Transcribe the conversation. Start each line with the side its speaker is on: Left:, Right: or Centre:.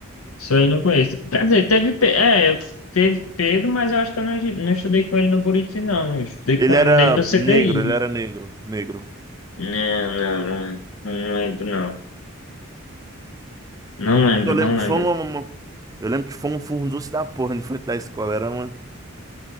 Left: isso aí eu não conheço. Quer dizer, teve, Pe- é, eu- teve Pedro, mas eu acho que eu não, não estudei com ele no Buriti, não. Eu estudei
Right: Ele
Left: com
Right: era
Left: ele no CDI.
Right: negro, ele era negro. Negro.
Left: Não, não, não, não lembro, não. Não lembro,
Right: Eu lembro
Left: não
Right: que
Left: lembro.
Right: foi uma. uma- Eu lembro que foi um furdunço da porra de frente da escola. Era uma,